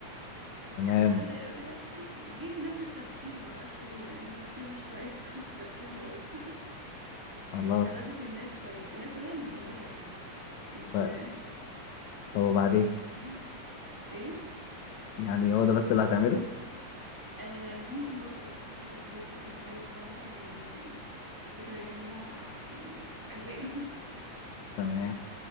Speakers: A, on the left (about 70°); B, on the right (about 15°).
A: تمام
B: قعد يضايقه كده جيلي نفس التفكير معرفش ليه مع انه تفكير مش كويس <laughs> تفكير مقرف <laughs>
A: خلاص
B: هرازي في الناس شويه الناس وهي متجمده يعني مش
A: طيب طب وبعدين
B: <laughs> ايه
A: يعني هو ده بس اللي هتعمله
B: آه ممكن برضو فكرة الفلوس دي فكرة حلوة بصراحة يعني آه، فكرة جميلة وع- يعني عجباني
A: تمام